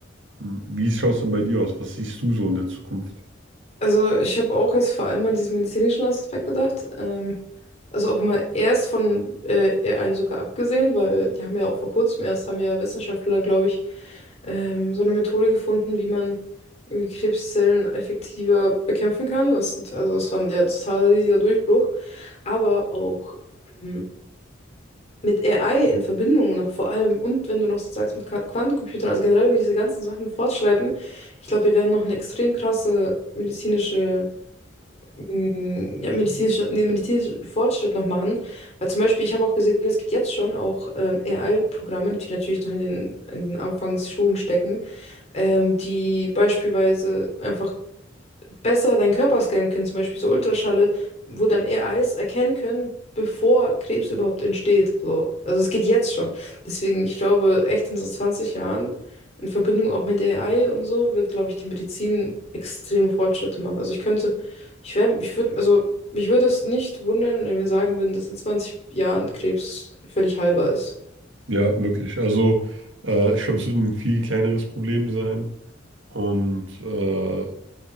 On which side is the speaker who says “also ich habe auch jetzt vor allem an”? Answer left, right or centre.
Left